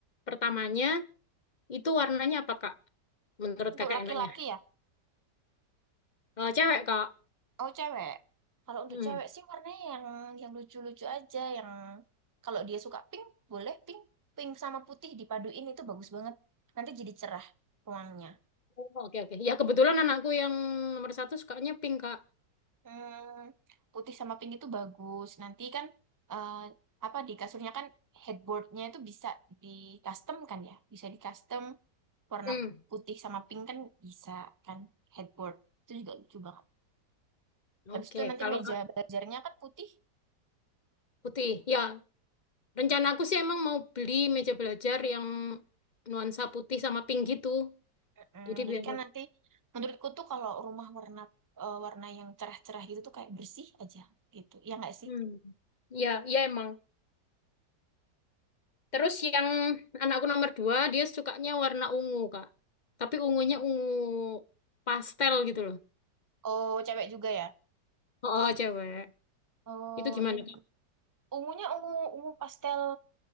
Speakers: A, on the left; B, on the right.
A: pertamanya itu warnanya apa Kak? Menurut
B: Untuk
A: Kakak
B: laki-laki
A: enaknya?
B: ya?
A: Eh, cewek Kak.
B: Oh cewek. Kalau untuk
A: Hmm.
B: cewek sih warnanya yang yang lucu-lucu aja. Yang kalau dia suka pink, boleh pink. Pink sama putih dipaduin itu bagus banget. Nanti jadi cerah ruangnya.
A: Oh, Oke oke. Ya kebetulan anakku yang nomor satu sukanya pink Kak.
B: Hmm, putih sama pink itu bagus. Nanti kan eh, apa di kasurnya kan headboardnya itu bisa di custom kan ya? Bisa di custom. warna
A: Hmm.
B: putih sama pink kan bisa kan headboard itu juga lucu banget habis
A: Oke.
B: itu nanti
A: Kalau
B: meja
A: Kak,
B: belajarnya kan putih
A: putih, ya rencana aku sih emang mau beli meja belajar yang nuansa putih sama pink gitu.
B: Mm-mm.
A: Jadi
B: jadi
A: biar.
B: kan nanti menurutku tuh kalau rumah warna eh, warna yang cerah-cerah gitu tuh kayak bersih aja gitu ya nggak sih
A: Hmm. Ya, ya emang. Terus yang anakku nomor dua, dia sukanya warna ungu, Kak. Tapi ungunya ungu pastel gitu loh.
B: oh cewek juga ya
A: Oh, oh, cewek.
B: oh
A: Itu gimana,
B: ini
A: Kak?
B: ungunya ungu ungu pastel